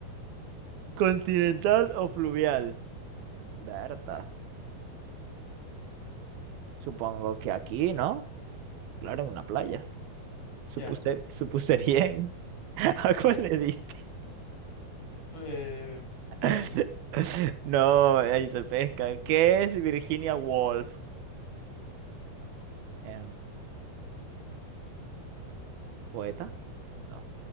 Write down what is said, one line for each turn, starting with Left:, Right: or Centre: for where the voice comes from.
Right: <gasps> ¿continental o fluvial? Berta, supongo que aquí, ¿no? Claro, en una playa. Supuse,
Left: Ya,
Right: supuse bien. <laughs> ¿A
Left: ya.
Right: cuál le diste?
Left: Fl- eh, bálsamo.
Right: <laughs> No, ahí se pesca. ¿Qué es Virginia Woolf? Em, ¿poeta? No.